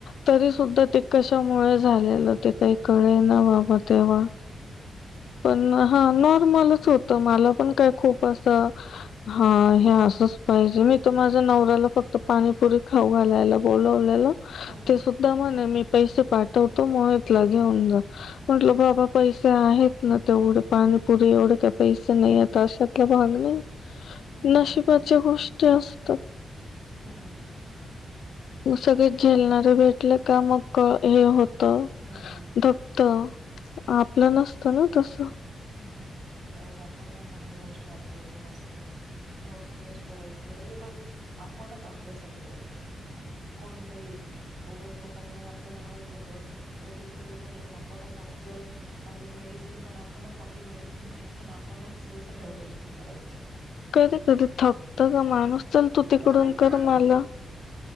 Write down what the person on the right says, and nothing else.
हम्म
हम्म
हम्म
हम्म.
ते
हम्म
हम्म हम्म, जाऊद्या आपण ना चांगल्या गोष्टी आठवायच्या मस्त. मूड फ्रेश करायचं ए बघ, आपणच आपल्यासाठी असतं. कोण काही येत नाही, उगाच लोकांमुळे आपल्याला हर्ट होतं, त्यापेक्षा बाई खरं ए, आपणच आपलं म्हणजे मेडिसिन पण आपणच, आपली मेडिसिन व्हायचं आणि आपणच सगळ्या गोष्टी करायच्या.
हो
मान्य
आहे ना